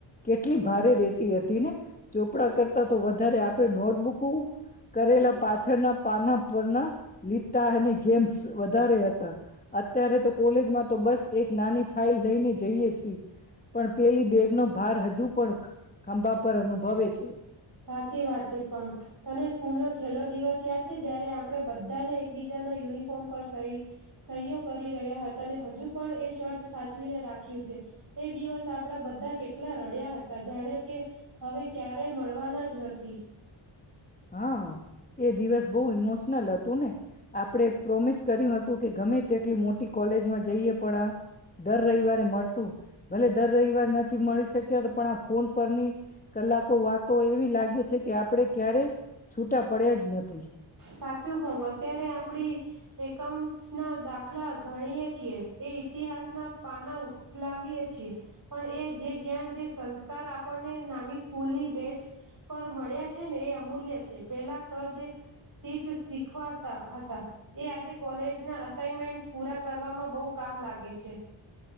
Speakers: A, on the left; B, on the right.
A: કેટલી ભારે રેહતી હતી ને ચોપડા કરતા તો વધારે આપ આપે નોટબુકુ કરેલા પાછળના પાના પરના લીટા અને ગેમ્સ વધારે હ અત્યારે તો કોલેજમાં તો બસ એક નાની ફાઈલ લઈને જઈએ છીએ. તી. પણ પેલી બેગનો ભાર હજુ પણ ખંભા પર અનુભવે છે.
B: સાચી વાત છે પણ તને સ્કૂલનો છેલ્લો દિવસ યાદ છે જયારે આપણે બધાને એકબીજાના યુનિફોર્મ પર સહી સહયો કરી રહ્યા હતા ને હજુ પણ એ શર્ટ સાચવીને રાખ્યું છે એ દિવસ આપણા બધા કેટલા રડ્યા હતા જાણે કે હવે ક્યારે મળવાનું ના જ નથી.
A: હા એ દિવસ બહુ ઈમોશનલ હતું ને આપણેે પ્રોમિસ કર્યું હતું કે ગમે તેટલી મોટી કોલેજમાં જઈએ પણ આ દર રઈવારે મળશું ભલે દર રઈવાર ન નથી મળી શક્યા પણ આ ફોન પરની કલાકો વાતો એવી લાગે છે કે આપણે ક્યારે છૂટા પડયા જ નથી.
B: સાચું કવુ અત્યારે આપડી એકાઉન્ટસના દાખલા ગણીએ છીએ એ ઈતિહાસના પાના ઉથલાવીએ છીએ પણ એ જે જ્ઞાન, જે સંસ્કાર આપણને નાની સ્કૂલની બેચ પર મળ્યા છે ને એ અમૂલ્ય છે પેલા સર જે સ્થિત શીખવાડતા હતા એ આજે કોલેજના અસાઇમેન્ટસ પૂરા કરવામાં બઉ કામ લાગે છે.